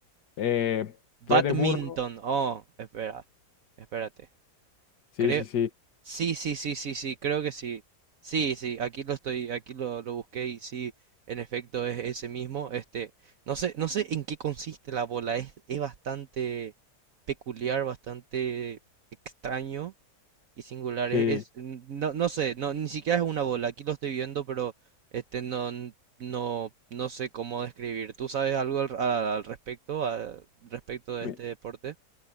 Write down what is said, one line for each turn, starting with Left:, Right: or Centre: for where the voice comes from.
Left: Eh,
Right: Badminton.
Left: B de burro.
Right: Badminton, oh, espera, espérate.
Left: Sí,
Right: Creo,
Left: sí, sí.
Right: Sí, sí, sí, sí, sí, creo que sí. Sí, sí, aquí lo estoy, aquí lo, lo busqué y sí, en efecto es ese mismo. Este, no sé, no sé en qué consiste la bola, es, es bastante peculiar, bastante extraño y singular.
Left: Sí.
Right: Es, es- n- no, no sé, no, ni siquiera es una bola, aquí lo estoy viendo, pero este no, n- no, no sé cómo describir. ¿Tú sabes algo al, a- al respecto, al respecto de
Left: Mi-
Right: este deporte?